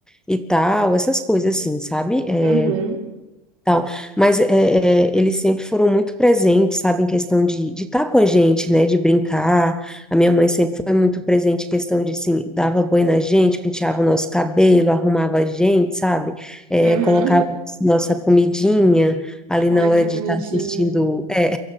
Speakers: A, in the centre; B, on the right.
A: e tal, essas coisas assim, sabe? É,
B: Aham,
A: tal. Mas é, é, eles sempre foram muito presentes, sabe, em questão de de estar com a gente, né, de brincar. A minha mãe sempre foi muito presente em questão de, assim, dava banho na gente, penteava o nosso cabelo, arrumava a gente, sabe, É,
B: aham.
A: colocava nossa comidinha ali
B: Ai,
A: na hora
B: que bonitinho.
A: de estar assistindo, é,